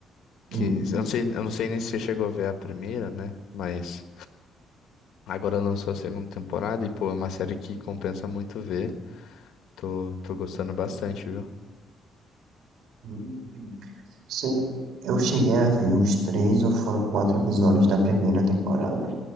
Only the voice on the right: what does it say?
Hum,
hum. hum. Sim, eu cheguei a ver os três ou foram quatro episódios da primeira temporada,